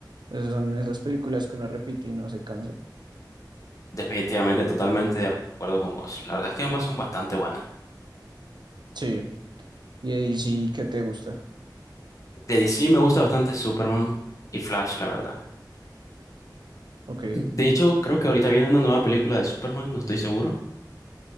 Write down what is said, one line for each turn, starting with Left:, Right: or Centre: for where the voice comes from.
Right: Esas son esas películas que uno repite y no se cansa.
Left: Definitivamente, totalmente de acuerdo con vos. La verdad es que ambas son bastante buenas.
Right: Sí. Y ahí sí que te gusta.
Left: De DC me gusta bastante Superman y Flash, la verdad.
Right: Ok.
Left: De hecho, creo que ahorita viene una nueva película de Superman, no estoy seguro.